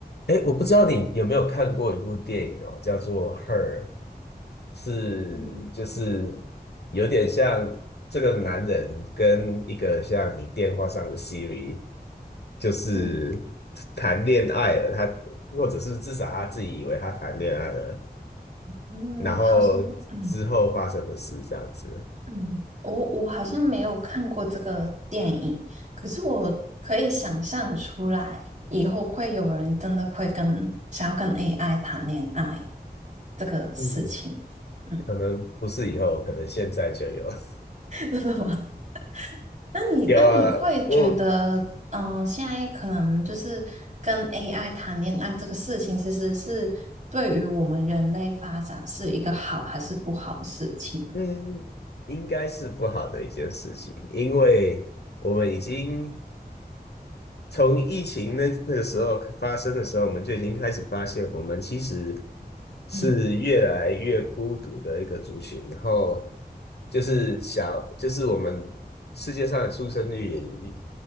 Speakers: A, on the left; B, on the right.
A: 哎，我不知道你有没有看过一部电影哦，叫做《Her》，是就是
B: 嗯
A: 有点像这个男人跟一个像你电话上的 Siri，就是
B: 嗯
A: 谈恋爱了，他或者是至少他自己以为他谈恋爱了，
B: 嗯，
A: 然后之后发生的事这样子，
B: 好像嗯嗯，我我好像没有看过这个电影，可是我可以想象出来，以后会有人真的会跟想要跟 AI 谈恋爱这个事情，
A: 嗯，
B: 嗯，
A: 可能不是以后，可能现在就有。<laughs>
B: <laughs> 真的吗？那你那你会觉得，
A: 有啊，我
B: 嗯、现在可能就是跟 AI 谈恋爱这个事情，其实是对于我们人类发展是一个好还是不好的事情？
A: 嗯，应该是不好的一件事情，因为我们已经从疫情那那个时候发生的时候，我们就已经开始发现，我们其实是越来越孤独的一个族群，
B: 嗯，
A: 然后就是小，就是我们世界上的出生率也